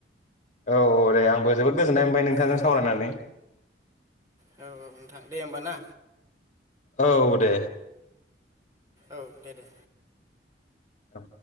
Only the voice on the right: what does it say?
औ
औ औ नोंथां दे होमबा ना।
औ दे दे।